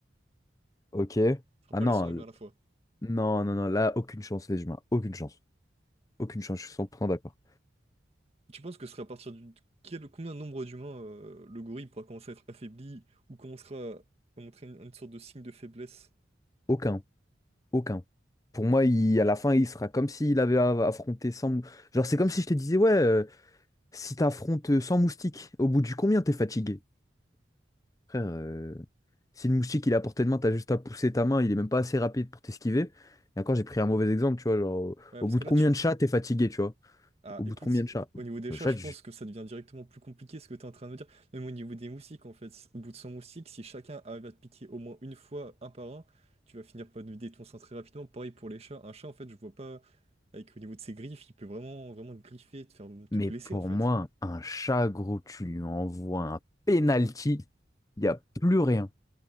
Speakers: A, on the left; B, on the right.
A: Ok.
B: Ce sera
A: Ah
B: pas
A: non,
B: les 100 humains
A: l-
B: à la fois.
A: non, non, non, là, aucune chance, les humains. Aucune chance. Aucune chance, je suis 100% d'accord.
B: Tu penses que ce serait à partir du... Quel, combien de nombre d'humains euh, le gorille pourra commencer à être affaibli ou commencera à montrer une, une sorte de signe de faiblesse?
A: Aucun, aucun. Pour moi, il, à la fin, il sera comme s'il avait a- affronté 100... mou- Genre, c'est comme si je te disais, ouais, euh, si t'affrontes euh, 100 moustiques, au bout du combien t'es fatigué? Frère, euh, si le moustique, il est à portée de main, t'as juste à pousser ta main, il est même pas assez rapide pour t'esquiver. Et encore, j'ai pris un mauvais exemple, tu vois, genre, au,
B: Ouais,
A: au
B: parce
A: bout
B: que
A: de
B: là,
A: combien
B: tu,
A: de chats t'es fatigué, tu vois?
B: Ah,
A: Au bout
B: écoute,
A: de combien de chats?
B: au niveau des
A: Le
B: chats,
A: chat,
B: je pense que ça devient directement plus compliqué ce que tu es en train de me dire. Même au niveau des moustiques, en fait. Au bout de 100 moustiques, si chacun arrive à te piquer au moins une fois, un par un, tu vas finir par te vider ton sang très rapidement. Pareil pour les chats. Un chat, en fait, je vois pas, avec au niveau de ses griffes, il peut vraiment, vraiment te griffer, te faire te
A: Mais
B: blesser,
A: pour
B: en fait.
A: moi, un chat, gros, tu lui envoies un penalty, il n'y a plus rien.